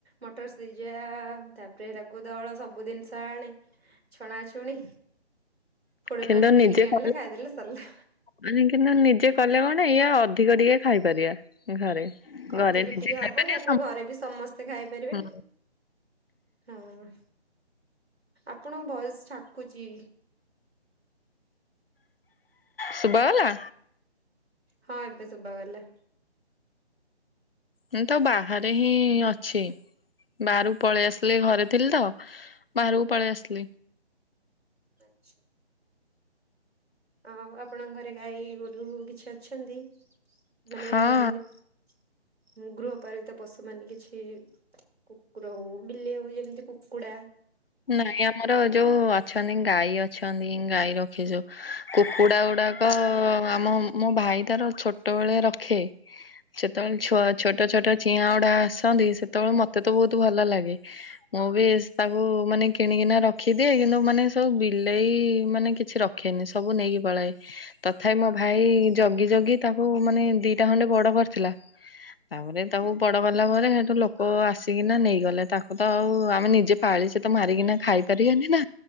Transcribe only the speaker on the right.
ମଟର ସିଝା ତାପରେ ତାକୁ ଦଳ ସବୁ ଜିନିଷ ଆଣେ। ଛଣାଛୁଣି କୋଡ଼ିଏ
ଟଙ୍କାରେ କିଣିକି
ଆଣିଲେ
ଖାଇଦେଲେ ସରିଲା।
ଅଧିକ
ଟିକେ ହବ,
ତାପରେ ଘରେ ବି ସମସ୍ତେ ଖାଇପାରିବେ।
ହଁ ଆପଣଙ୍କ ଭଏସ ଠାକୁଚି।
ହଁ ଏବେ ଶୁଭାଗଲା।
ଆଛା। ଆଉ ଆପଣଙ୍କ ଘରେ ଗାଈ, ଗୋରୁ କିଛି ଅଛନ୍ତି? ମାନେ
ଯେମିତି ଗୃହପାଳିତ ପଶୁ ମାନେ କିଛି କୁକୁର ହଉ, ବିଲେଇ ହଉ, ଯେମିତି କୁକୁଡ଼ା।